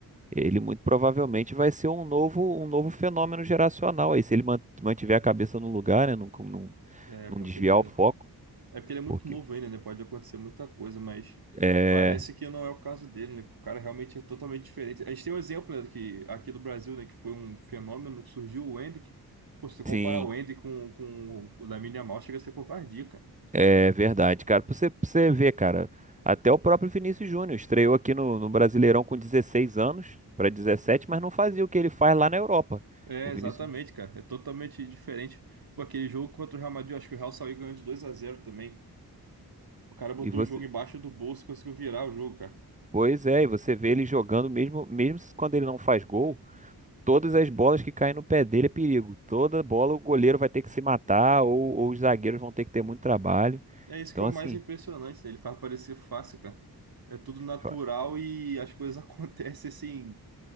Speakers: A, on the right; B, on the right.
A: ele muito provavelmente vai ser um novo, um novo fenômeno geracional aí, se ele man- mantiver a cabeça no lugar, né? Não, não,
B: É,
A: não
B: com
A: desviar
B: certeza.
A: o foco.
B: É porque ele é muito
A: Porque,
B: novo ainda, né? Pode acontecer muita coisa, mas
A: é,
B: parece que não é o caso dele, né? Porque o cara realmente é totalmente diferente. A gente tem um exemplo, né, que, aqui do Brasil, né? Que foi um fenômeno que surgiu o Endrick. Pô, se você comparar
A: sim.
B: o Endrick com, com o Lamine Yamal, chega a ser covardia, cara.
A: É verdade, cara. Pra você, pra você ver, cara, até o próprio Vinícius Júnior estreou aqui no, no Brasileirão com 16 anos para 17, mas não fazia o que ele faz lá na Europa.
B: É,
A: O
B: exatamente,
A: Vinícius
B: cara. É totalmente diferente. Pô, aquele jogo contra o Real Madrid, eu acho que o Real saiu ganhando de 2 a zero também. O cara botou
A: e você,
B: o jogo embaixo do bolso e conseguiu virar o jogo, cara.
A: pois é, e você vê ele jogando mesmo, mesmo se- quando ele não faz gol, todas as bolas que caem no pé dele é perigo. Toda bola o goleiro vai ter que se matar ou, ou os zagueiros vão ter que ter muito trabalho.
B: É isso
A: Então
B: que é o
A: assim,
B: mais impressionante, né? Ele faz parecer fácil, cara. É tudo natural
A: fa-
B: e as coisas <laughs> acontecem assim,